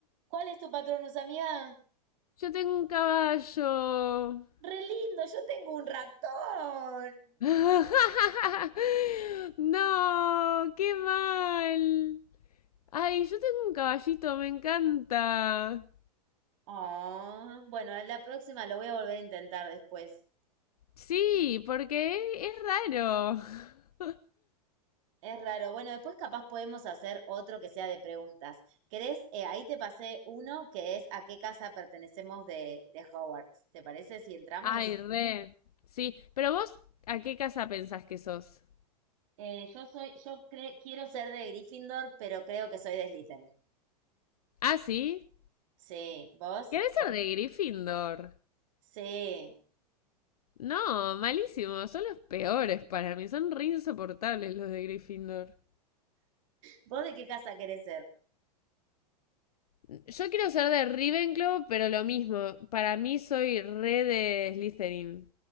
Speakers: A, on the right; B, on the left.
A: ¿cuál es tu patronus, amiga?
B: yo tengo un caballo.
A: Re lindo, yo tengo un ratón.
B: <laughs> No, qué mal. Ay, yo tengo un caballito, me encanta.
A: Oh, bueno, la próxima lo voy a volver a intentar después.
B: Sí, porque es, es raro. <laughs>
A: Es raro. Bueno, después capaz podemos hacer otro que sea de preguntas. ¿Querés? Eh, ahí te pasé uno que es ¿a qué casa pertenecemos de, de Hogwarts? ¿Te parece si entramos?
B: Ay, re. Sí, pero vos, ¿a qué casa pensás que sos?
A: Eh, yo soy, yo cre- quiero ser de Gryffindor, pero creo que soy de Slytherin.
B: Ah, sí.
A: Sí, ¿vos?
B: ¿Querés ser de Gryffindor?
A: Sí.
B: No, malísimo. Son los peores para mí. Son re insoportables los de Gryffindor.
A: ¿Vos de qué casa querés ser?
B: Yo quiero ser de Ravenclaw, pero lo mismo. Para mí soy re de Slytherin.